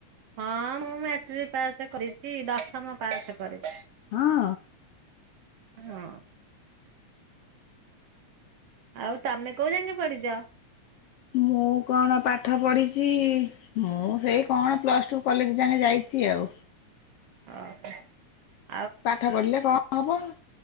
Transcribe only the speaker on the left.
ହଁ।
ମୁଁ କଣ ପାଠ ପଢିଛି ମୁଁ ସେଇ କଣ ପ୍ଲସ ଟୁ କଲେଜ ଯାକେ ଯାଇ ଆଜି ଆଉ।
ପାଠ ପଢିଲେ କଣ ହବ?